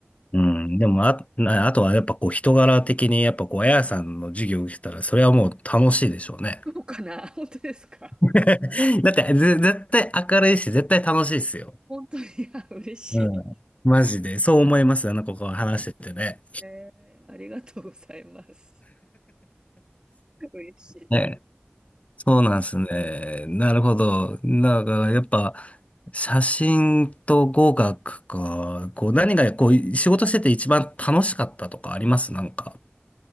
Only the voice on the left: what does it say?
うん。でも、あ、なあとはやっぱこう人柄的に、やっぱこう、あやさんの授業を受けたら、それはもう楽しいでしょうね。
<laughs> だって、ぜ、絶対明るいし、絶対楽しいっすよ。
うん。マジで。そう思います。あの子が話しててね。
ね。そうなんですね。なるほど。なんか、やっぱ、写真と語学か、こう、何が、こう、仕事してて一番楽しかったとかありますなんか、